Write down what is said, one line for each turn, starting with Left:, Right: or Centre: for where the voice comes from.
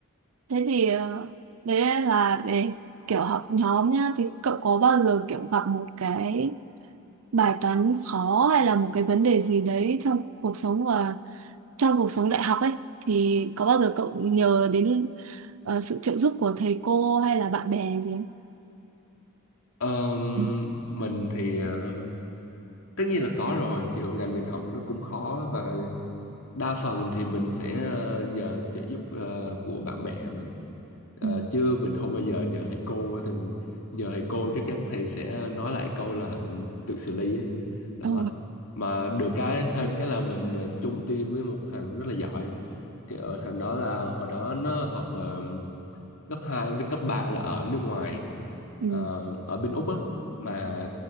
Right: thế thì ờ, đấy là về kiểu học nhóm nhá thì cậu có bao giờ kiểu gặp một cái bài toán khó hay là một cái vấn đề gì đấy trong cuộc sống và trong cuộc sống đại học ấy thì có bao giờ cậu nhờ đến ờ, sự trợ giúp của thầy cô hay là bạn bè gì không?
Left: Ờm,
Right: Ừ.
Left: mình thì ờ, tất nhiên là có rồi kiểu ngành mình học nó cũng khó và đa phần thì mình sẽ ờ, nhờ trợ giúp ờ, của bạn bè mình Ờ,
Right: Ừ.
Left: chứ mình không bao giờ nhờ thầy cô á, tại vì nhờ thầy cô chắc chắn thầy sẽ nói lại câu là tự xử lý ấy. đó
Right: Ừ.
Left: mà được cái hên cái là mình ờ, chung team với một thằng rất là giỏi kiểu thằng đó là hồi đó nó học ờ, cấp 2 với cấp 3 là ở nước ngoài
Right: Ừ.
Left: ờ, ở bên Úc á mà